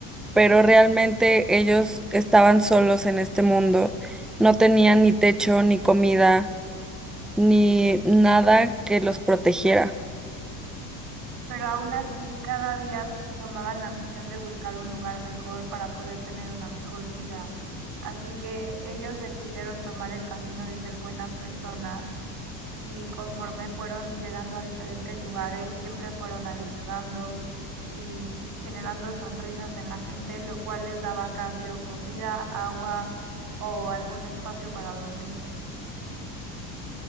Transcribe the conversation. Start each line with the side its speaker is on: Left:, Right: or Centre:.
Centre: pero realmente ellos estaban solos en este mundo. No tenían ni techo, ni comida, ni nada que los protegiera.
Right: Pero aún así, cada día tomaban la misión de buscar un lugar mejor para poder tener una mejor vida. Así que ellos decidieron tomar el camino de ser buenas personas y conforme fueron llegando a diferentes lugares, siempre fueron ayudando y generando sonrisas en la gente, lo cual les daba a cambio comida, agua o algún espacio para dormir.